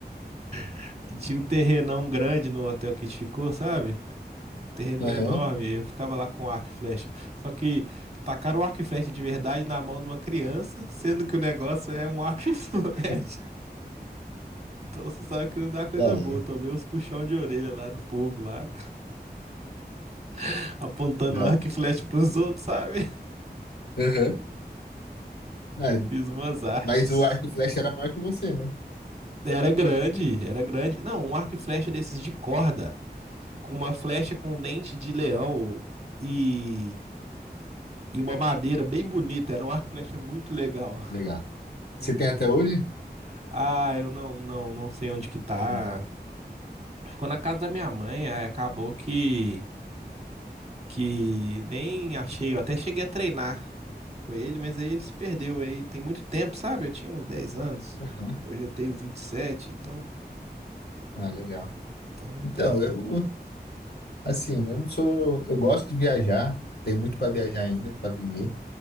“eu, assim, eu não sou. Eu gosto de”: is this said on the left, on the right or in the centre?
Left